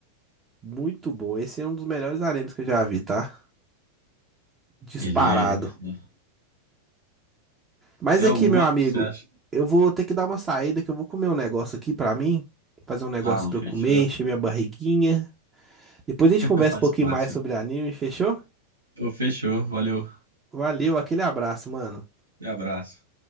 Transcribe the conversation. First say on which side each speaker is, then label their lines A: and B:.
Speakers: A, on the right; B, on the right.
A: Muito bom. Esse é um dos melhores animes que eu já vi, tá? Disparado.
B: Ele é. né?
A: Mas
B: Tem
A: aqui,
B: algum
A: meu
B: outro
A: amigo,
B: que você acha?
A: eu vou ter que dar uma saída que eu vou comer um negócio aqui pra mim. Fazer um negócio
B: Ah, não
A: pra
B: fechou.
A: eu comer, encher minha barriguinha. Depois
B: <laughs>
A: a gente conversa
B: Faz
A: um pouquinho
B: parte.
A: mais sobre anime, fechou?
B: Pô, fechou. Valeu.
A: Valeu, aquele abraço, mano.
B: Um abraço.